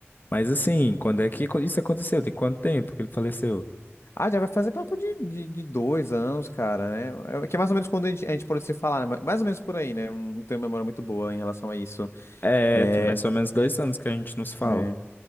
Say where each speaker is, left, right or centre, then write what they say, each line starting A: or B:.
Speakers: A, on the left; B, on the left.
A: Mas assim, quando é que isso aconteceu? Tem quanto tempo que ele faleceu?
B: Ah, já vai fazer papo de, de, de dois anos, cara, né? É, que é mais ou menos quando a gente, a gente pode se falar, né? Mais ou menos por aí, né? Não tenho memória muito boa em relação a isso.
A: É,
B: É,
A: tem mais ou menos dois anos que a gente nos fala.
B: é.